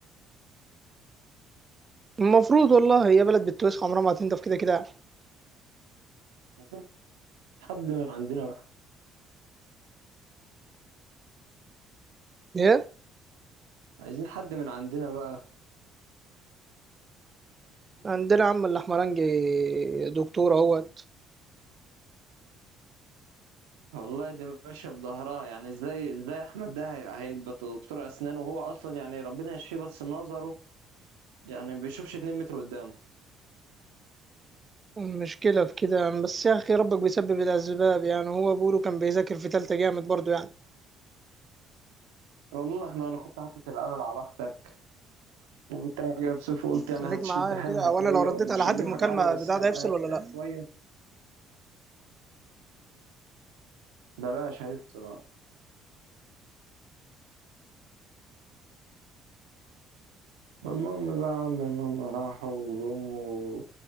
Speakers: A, on the right; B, on the right.
A: المفروض والله هي بلد بتوسخ عمرها ما هتنضف كده كده
B: <laughs> حد من عندنا بقى
A: ايه
B: عايزين حد من عندنا بقى
A: عندنا عم الاحمرنجي دكتور اهوت
B: والله دي ماشية بظهرها يعني ازاي ازاي احمد ده هي- هيبقى دكتور اسنان وهو اصلا يعني ربنا يشفيه بس نظره يعني بيشوفش 2 متر قدامه
A: المشكلة في كده يعني بس يا أخي ربك بيسبب الأسباب يعني هو بيقولوا كان بيذاكر في تالتة جامد برضه يعني
B: والله احنا انا كنت حاطط الامل على اختك وبالتالي جايب صفر قلت يعني
A: خليك
B: هتشد
A: معايا
B: حيلها
A: كده أو
B: شويه
A: أنا لو رديت
B: ومش
A: على
B: هتجيب
A: حد في
B: حاجه
A: مكالمة
B: عاليه بس
A: بتاع
B: هتقل
A: ده هيفصل ولا لأ؟
B: شويه بلاش هي بصراحه والمهم بقى يا عم ان هم راحوا وجم و-